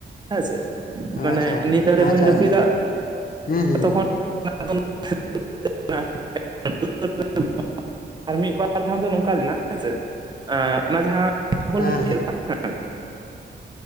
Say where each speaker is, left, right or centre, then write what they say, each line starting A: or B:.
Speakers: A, on the right; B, on the left.
A: ᱦᱮᱸᱥᱮ ᱢᱟᱱᱮ
B: ᱟᱪᱪᱷᱟ
A: ᱱᱤᱛ ᱟᱲᱮ
B: ᱟᱪᱪᱷᱟ
A: ᱵᱚᱱ ᱡᱟᱹᱯᱤᱫᱟ
B: ᱟᱪᱪᱷᱟ ᱦᱩᱸ ᱦᱩᱸ
A: ᱛᱚᱠᱷᱚᱱᱼᱼ <unintelligible> <unintelligible> ᱟᱨ ᱢᱤᱫ ᱵᱟᱨ ᱫᱷᱟᱣ ᱫᱚ ᱱᱚᱝᱠᱟ ᱞᱮᱱᱟ ᱦᱮᱸᱥᱮ ᱟᱸ ᱚᱱᱟ ᱡᱟᱦᱟᱸ ᱯᱷᱩᱴᱵᱚᱞ
B: ᱦᱮᱸ
A: ᱵᱚᱱ
B: ᱦᱮᱸ ᱾
A: <unintelligible>